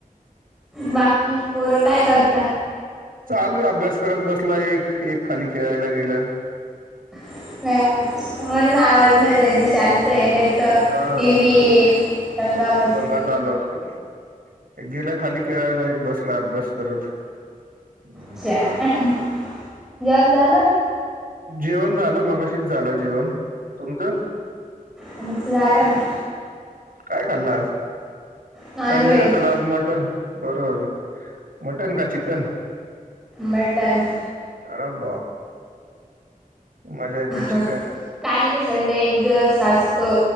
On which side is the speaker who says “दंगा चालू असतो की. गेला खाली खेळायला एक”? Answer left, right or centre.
Right